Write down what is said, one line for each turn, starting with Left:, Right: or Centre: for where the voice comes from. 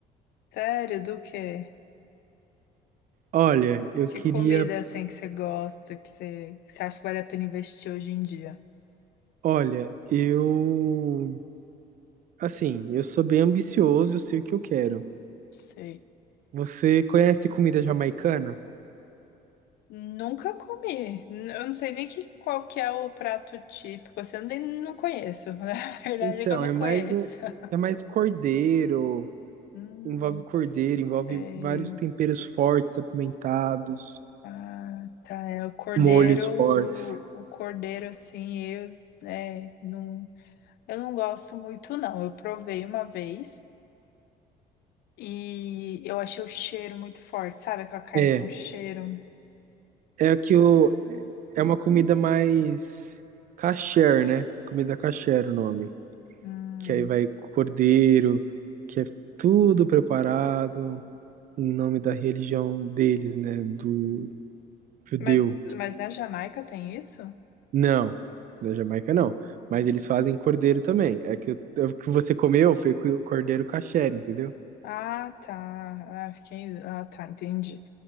Left: Sério, do quê?
Right: Olha, eu
Left: Que
Right: queria.
Left: comida assim que você gosta, que você, que você acha que vale a pena investir hoje em dia?
Right: Olha, eu. Assim, eu sou bem ambicioso, eu sei o que eu quero.
Left: Sei.
Right: Você conhece comida jamaicana?
Left: Nunca comi. N- Eu não sei nem que, qual que é o prato típico. Assim, eu nem não conheço. <laughs> Na verdade
Right: Então,
Left: é que eu não
Right: é mais
Left: conheço.
Right: um,
Left: <laughs>
Right: é mais cordeiro,
Left: Hum,
Right: envolve cordeiro,
Left: sei.
Right: envolve vários temperos fortes, apimentados,
Left: Ah, tá. É o cordeiro,
Right: molhos fortes.
Left: o cordeiro, assim, eu, né, não, eu não gosto muito, não. Eu provei uma vez e eu achei o cheiro muito forte, sabe? Aquela carne
Right: É,
Left: com cheiro.
Right: é que o é uma comida mais kasher, né? Comida kasher o nome,
Left: Hum.
Right: que aí vai cordeiro, que é tudo preparado em nome da religião deles, né, do judeu.
Left: Mas, mas na Jamaica tem isso?
Right: Não, da Jamaica não. Mas eles fazem cordeiro também. É que, eu- é o que você comeu foi co- cordeiro kasher, entendeu?
Left: Ah, tá. Ah, fiquei... ah, tá, entendi.